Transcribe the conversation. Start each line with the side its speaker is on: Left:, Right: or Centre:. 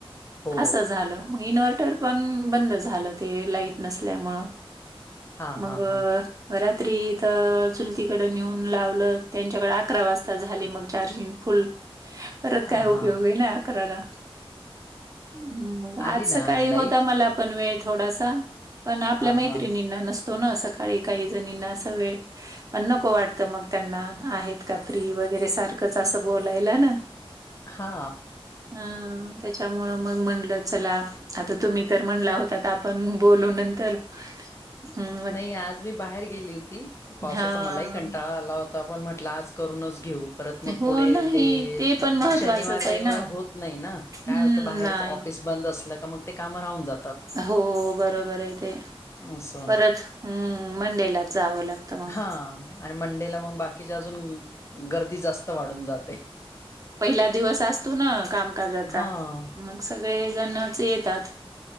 Left: हो
Right: असं झालं मग इन्व्हर्टर पण बंद झालं ते लाईट नसल्यामुळं
Left: हा
Right: मग
Left: हा हा
Right: रात्री तर चुलतीकडे नेऊन लावलं, त्यांच्याकडे अकरा वाजता झाली मग चार्जिंग. फुल. परत
Left: हा
Right: काय उपयोग
Left: हा
Right: आहे ना, आकराला मग
Left: आली
Right: आज सकाळी
Left: ना लाईट
Right: होता मला प पण वेळ थोडासा पण, आपल्या
Left: हा
Right: मैत्रिणींना
Left: हा
Right: नसतो ना सकाळी काही जणींना असा वेळ, पण नको वाटतं मग. त्यांना आहेत का फ्री वगैरे, सारखंच असं बोलायला ना.
Left: हा
Right: ह त्यांच्यामुळे मग म्हणलं, चला आता तुम्ही तर म्हणला होता पण बोलू नंतर मग
Left: नाही आज मी बाहेर गेली होती, पावसाचा
Right: हां.
Left: मलाही कंटाळा आला हो आता आपण म्हटलं आज करूनच घेऊ. परत मग
Right: हो
Left: पुढे
Right: नाही
Left: ते
Right: पण महत्त्वाचंच
Left: शनिवार
Right: आहे
Left: -रविवार
Right: ना
Left: होत नाही ना, काय
Right: हम्म
Left: होत बाहेरच
Right: नाही.
Left: ऑफिस बंद असलं का मग ते काम राहून जातात.
Right: हो बरोबर आहे ते.
Left: असं
Right: परत हम्म मंडेलाच जावं लागतं मग
Left: हा आणि मंडेला मग बाकीच्या अजून गर्दी जास्त वाढून जाते.
Right: पहिला दिवस असतो ना कामकाजाचा,
Left: हां
Right: मग सगळे जणच येतात.